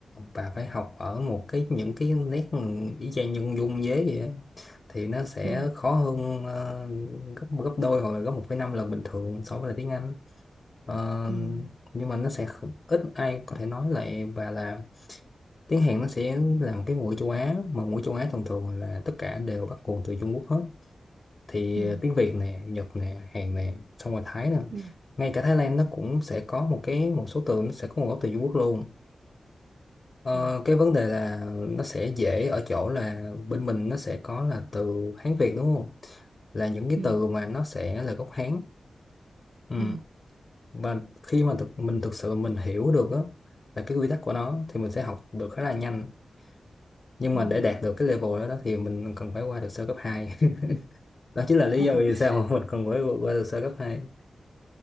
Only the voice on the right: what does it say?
Ừ,
ừ,
ừ,
ừ,
ừ,
ừ,
ừ,
ừ.
<laughs>